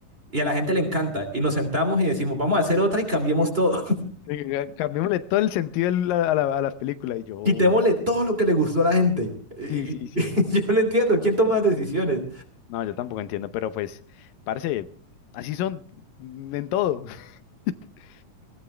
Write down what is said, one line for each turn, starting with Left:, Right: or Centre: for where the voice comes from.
Right: Y a la gente le encanta. Y nos sentamos y decimos, vamos a hacer otra y cambiemos todo.
Left: <laughs> cambiémosle todo el sentido al- a la, a las películas.
Right: <laughs>
Left: Y yo, "Oh,
Right: Quitémosle todo lo que le gustó a la gente. Y-
Left: sí, sí,
Right: y-
Left: sí.
Right: <laughs> yo no entiendo, ¿quién toma las decisiones?
Left: No, yo tampoco entiendo, pero pues, parce, así son mm, en todo. <laughs>